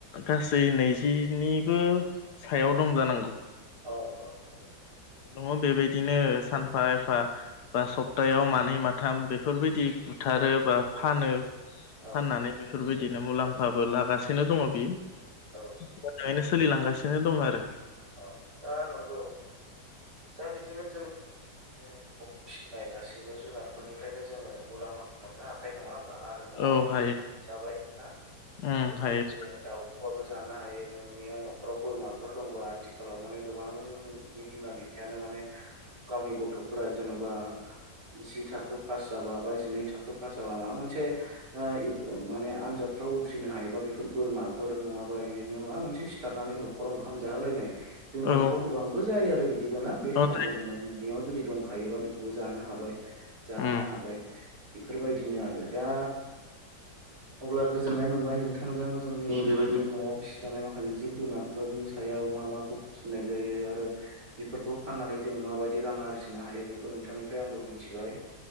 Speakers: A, on the left; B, on the right.
A: गासै नैजिनिबो सायाव दं जानांगौ।
B: औ औ नंगौ नोंथां
A: दङो बेबायदिनो सानफा एफा बा सप्तायाव मानै माथाम बेफोरबायदि बुथारो बा फानो
B: औ
A: फाननानै बेफोरबायदिनो मुलाम्फाबो लागासिनो दङ बियो।
B: औ
A: मोजाङैनो सोलिलांगासिनो दं आरो
B: अ दा नंगौ दा बिदिनो जों माने न'आव फिसिनाय गासैबो जुनारफोरनिफ्रायनो जोङो मुलाम्फाखौ मोननो हाखायो नङा होम -बा आरो न'आवबो
A: औ हायो
B: जों जाबाय ना
A: उम
B: गोबां
A: हायो
B: जोङो दाउखोबाबो जानो हायो। नोंनिया न'खराव बोरमाफोर दंङोबा। आथिखालाव माने गोबांनि बिमा बिफायानो माने गावनि गथ'फोरा जेन'बा जि थाखो पास जाबा बा जिनै थाखो पास जाबा माबा मोनसे माने आनजाद फ्राव उथ्रिनो हायोबा बेफोर बोरमाफोर नङाबा बिदिनो माबा मोनसे सिथारनानै न'खराव ओंखाम जाहोलायनाय जोंनि न'खराव
A: औ
B: गोबांबो जायो आरो बिदिबो ना बे समावबो
A: औ
B: नोङो नोंनियाव जुदि दंखा गायोबा बेखौबो जानो हाबाय जाहोनो
A: उम
B: हाबाय बेफोरबायदिनो आरो दा <inaudible> अब्ला गोजोननाय मोनबाय नोंथांजों जोंनि बेबायदि न'आव फिसिजानाय माखासे जिब जुनारफोरनि सायाव मा मा फिनाय जायो आरो बेफोरखौ फाननानै जोङो माबायदि रां आरजिनो हायो बेखौ नोंथांनिफ्राय आंबो मिथिबाय